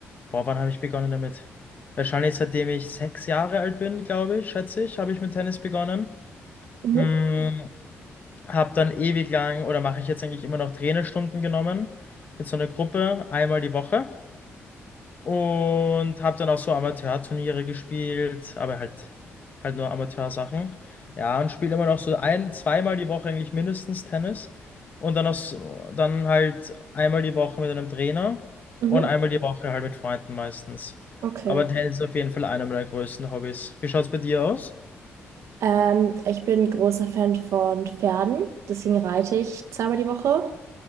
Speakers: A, on the left; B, on the right.
A: Boah, wann habe ich begonnen damit? Wahrscheinlich seitdem ich sechs Jahre alt bin, glaube ich, schätze ich, habe ich mit Tennis begonnen.
B: Mhm.
A: Mm, habe dann ewig lang oder mache ich jetzt eigentlich immer noch Trainerstunden genommen mit so einer Gruppe einmal die Woche. Und habe dann auch so Amateurturniere gespielt, aber halt, halt nur Amateursachen. Ja, und spiele immer noch so ein, zweimal die Woche eigentlich mindestens Tennis. Und dann, noch so, dann halt einmal die Woche mit einem Trainer
B: Mhm.
A: und einmal die Woche halt mit Freunden meistens.
B: Okay.
A: Aber Tennis ist auf jeden Fall einer meiner größten Hobbys. Wie schaut's bei dir aus?
B: Ähm, ich bin großer Fan von Pferden, deswegen reite ich zweimal die Woche.